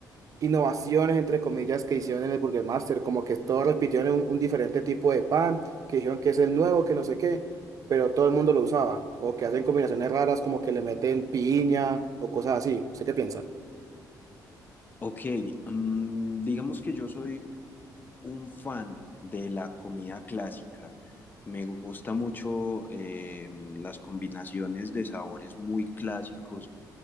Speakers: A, on the right; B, on the left.
A: innovaciones, entre comillas, que hicieron en el Burger Master? Como que todos repitieron un, un diferente tipo de pan, que dijeron que es el nuevo, que no sé qué, pero todo el mundo lo usaba. O que hacen combinaciones raras, como que le meten piña o cosas así. ¿Usted qué piensa?
B: Ok, mmm, digamos que yo soy un fan de la comida clásica. Me gusta mucho eh, las combinaciones de sabores muy clásicos,